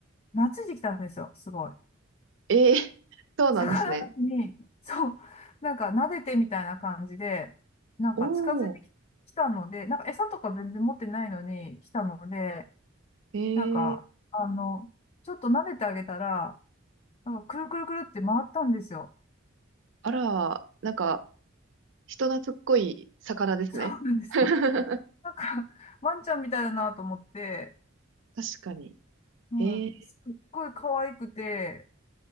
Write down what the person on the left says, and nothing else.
懐いてきたんですよ、すごい。
魚に、そう、なんか撫でてみたいな感じで、なんか近づいてきたので、
なんか餌とか全然持ってないのに来たので、
なんか、あの、ちょっと撫でてあげたら、なんかくるくるくるって回ったんですよ。
そうなんですよ。
なんか、ワンちゃんみたいだなと思って、
うん、
すっごい可愛くて、